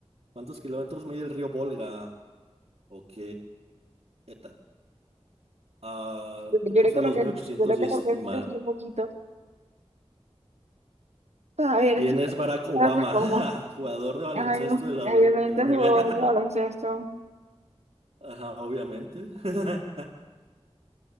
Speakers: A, on the right; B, on the right.
A: ¿cuántos kilómetros mide el río Volga? Ok. eta- Ah, yo
B: Yo
A: puse
B: le coloqué,
A: dos mil ochocientos
B: yo le
A: diez
B: coloqué
A: y mal.
B: un poquito. A ver,
A: ¿Quién
B: ¿qué
A: es Barack Obama?
B: tal los lobos?
A: <laughs> Jugador de baloncesto
B: Ay, no,
A: de la,
B: obviamente
A: U- de la NBA.
B: el jugador de baloncesto.
A: <laughs> Ajá, obviamente. <laughs>